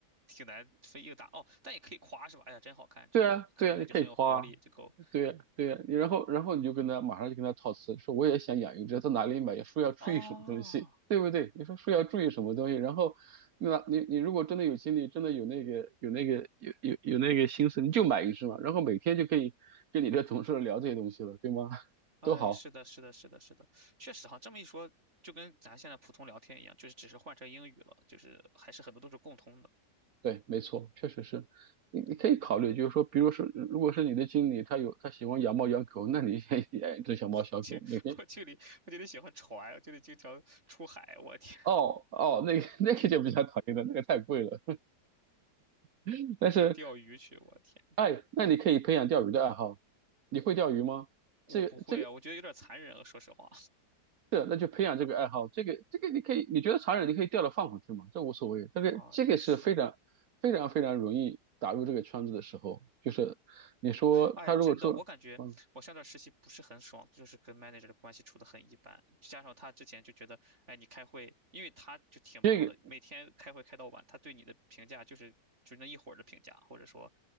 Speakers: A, on the right (about 40°); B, on the right (about 60°).
A: 挺难分硬打哦。但也可以夸是吧？哎呀，真好看，这狗看起来就很有活力，
B: 对啊，对啊，你可以夸啊
A: 这狗
B: 对呀，对呀，你然后然后你就跟他马上就跟他套词，说我也想养一只，在哪里买？说要注意什么东西，
A: 啊，
B: 对不对？你说说要注意什么东西，然后那你你如果真的有精力，真的有那个有那个有有有那个心思，你就买一只嘛，然后每天就可以跟你这同事聊这些东西了，对吗？<laughs>
A: 哎，
B: 都好，
A: 是的，是的，是的，是的，确实哈，这么一说，就跟咱现在普通聊天一样，就是只是换成英语了，就是还是很多都是共通的。
B: 对，没错，确实是。你你可以考虑，
A: 嗯。
B: 就是说，比如说，如果是你的经理，他有他喜欢养猫养狗，那你也养一只小猫小狗，
A: <laughs> 去我这里我这得喜欢船，
B: 每天。
A: 我这里经常出海，我天，
B: 哦哦，那个 <laughs> 那个就比较讨厌了，那个太贵了。<laughs>
A: 天天钓鱼去，
B: 但是
A: 我天，
B: 哎，那你可以培养钓鱼的爱好。你会钓鱼吗？
A: 我不会啊，
B: 这个、这个、
A: 我觉得有点残忍啊，说实话
B: 这，那就培养这个爱好。这个、这个，你可以，你觉得残忍，你可以钓了放回去嘛，这无所谓。
A: <laughs>
B: 这个、
A: 啊，
B: 这个是非常、
A: 也是，
B: 非常、非常容易打入这个圈子的时候，就是你说他如果说，
A: 哎，真的，我感觉我上段实习不是很爽，
B: 嗯，
A: 就是跟 manager 的关系处得很一般，加上他之前就觉得，哎，你开会，因为他就挺忙的，
B: 这个
A: 每天开会开到晚，他对你的评价就是就那一会儿的评价，或者说